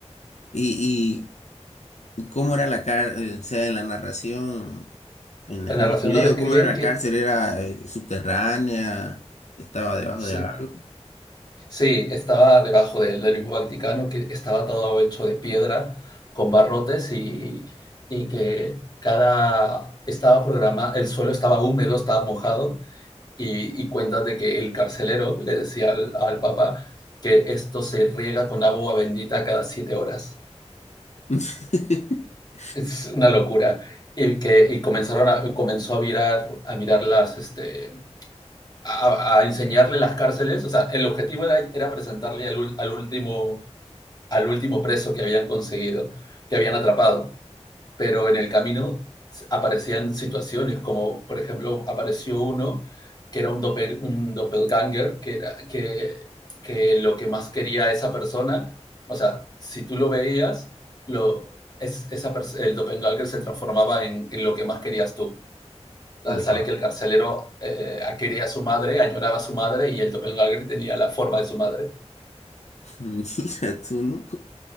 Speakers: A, on the left (about 80°); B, on the left (about 35°).
A: y, y ¿cómo era la cárcel? O sea, en la narración, en, la-
B: La
A: en
B: narración
A: el video,
B: lo describen
A: ¿cómo era la
B: que
A: cárcel? ¿Era eh, subterránea? ¿Estaba debajo
B: sí,
A: de algo?
B: sí estaba debajo del, del mismo Vaticano, que estaba todo hecho de piedra con barrotes y, y que cada estaba programado, el suelo estaba húmedo, estaba mojado y, y cuentas de que el carcelero le decía al, al, Papa que esto se riega con agua bendita cada siete horas.
A: <laughs>
B: Es una locura. Y que y comenzaron a, comenzó a mirar, a mirar las, este, a, a enseñarle las cárceles. O sea, el objetivo era, era presentarle al, ul- al último, al último preso que habían conseguido, que habían atrapado pero en el camino aparecían situaciones, como por ejemplo apareció uno que era un, doppel, un doppelganger, que, era, que, que lo que más quería esa persona, o sea, si tú lo veías, lo, es, esa, el doppelganger se transformaba en, en, lo que más querías tú. Sale
A: Wow.
B: que el carcelero eh, quería a su madre, añoraba a su madre y el doppelganger tenía la forma de su madre.
A: <laughs> Mira tú, ¿no?